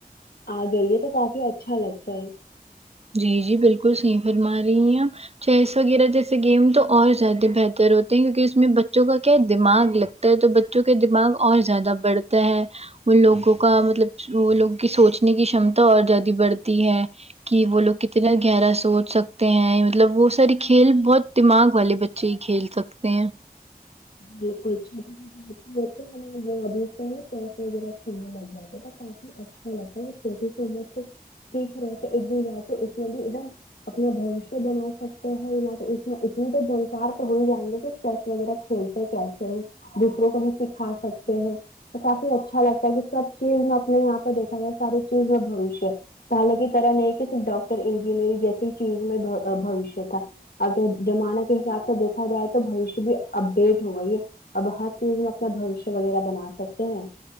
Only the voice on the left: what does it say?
آ گئی ہے تو کافی اچھا لگتا ہے
بالکل ہو وہ ابھی سے ہی نا پیسے وغیرہ کھیلنے لگ جاتے تو کافی اچھا لگتا ہے چھوٹی سی عمر تو ٹھیک ہی رہ تو ادر کے اس ہی ایک دم اپنا بوشیہ بنا سکتے ہیں نہ تو اس میں اتنی تو جانکار تو ہو ہی جائیں گے کہ چیس وغیرہ کھیل وہ کیسے ہیں دوسروں کو بھی سکھا سکتے ہیں تو کافی اچھا لگتا ہے کہ سب چیز میں اپنے یہاں پہ دیکھا جائے ساری چیز میں بھشیہ حالک کی طرح نہیں کہ صرف ڈاکٹر انجینئرگ جیسے ہی چیز میں بوشیہ تھا اگر زمانہ کے حساب سے دیکھا جائے تو بوشیہ بھی اب لیٹ ہو گئی یہ اب ہر چیز میں اپنا بوشیہ وغیرہ بنا سکتے ہیں